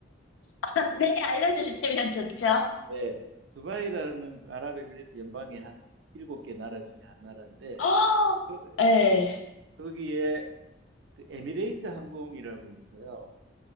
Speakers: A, on the left; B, on the right.
A: <laughs> 네, 알려주시면 좋죠.
B: 네, 두바이라는 그 아랍에미리트 연방의 한 일곱 개 나라 중에 한 나라인데
A: 어,
B: 그,
A: 예,
B: 거기에 그 에미레이트 항공이라고 있어요.